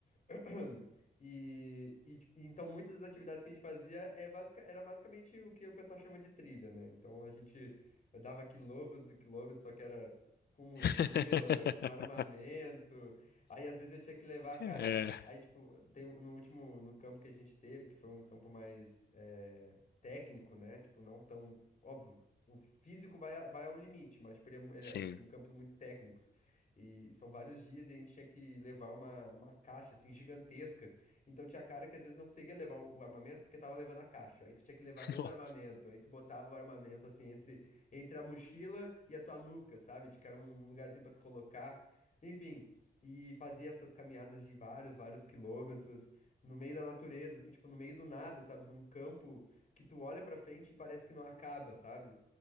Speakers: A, on the left; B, on the left.
A: <clears throat> E, e, tipo, então muitas das atividades que a gente fazia é basica- era basicamente o que o pessoal chama de trilha, né? Então a gente dava quilômetros e quilômetros, só que era com mochila,
B: <laughs>
A: com armamento. Aí às vezes eu tinha que levar, cara.
B: É.
A: Aí, tipo, tem, no último, no campo que a gente teve, que foi um campo mais eh, técnico, né? Tipo, não tão. Óbvio, o físico vai, a- vai ao limite, mas tipo, ele é mu- ele
B: Sim.
A: é- tem campos muito técnicos. E são vários dias e a gente tinha que levar uma, uma caixa, assim, gigantesca. Então tinha cara que às vezes não conseguia levar o armamento porque tava levando a caixa. Aí tu tinha que levar dois
B: Nossa.
A: armamentos. Aí tu botava o armamento, assim, entre, entre a mochila e a tua nuca, sabe? Tipo, era um lugarzinho pra tu colocar. Enfim, e fazia essas caminhadas de vários, vários quilômetros no meio da natureza, assim, tipo, no meio do nada, sabe? Num campo que tu olha pra frente e parece que não acaba, sabe?